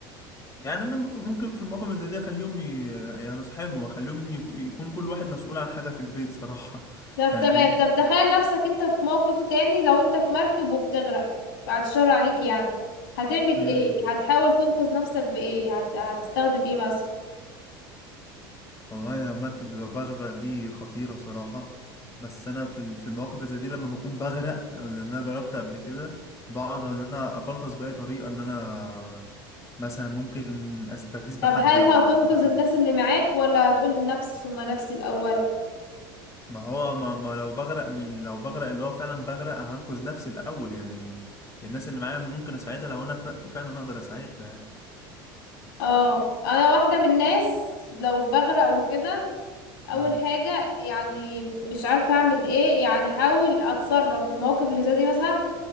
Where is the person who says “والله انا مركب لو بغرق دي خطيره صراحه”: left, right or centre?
Left